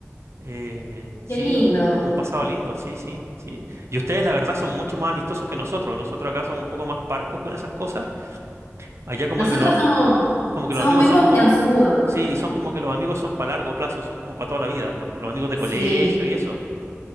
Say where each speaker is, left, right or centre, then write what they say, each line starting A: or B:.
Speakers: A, on the right; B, on the left.
A: eh, sí,
B: Qué lindo.
A: un, un pasado lindo, sí, sí, sí. Y ustedes la verdad son mucho más amistosos que nosotros, nosotros acá somos un poco más parcos con esas cosas, allá como
B: Nosotros
A: que, lo-
B: somos,
A: como que
B: somos
A: los amigos
B: muy
A: son
B: confianzudos.
A: como... Sí, y son como que los amigos son para largo plazo, son como para toda la vida, digamos, los amigos de
B: Sí.
A: colegio y eso.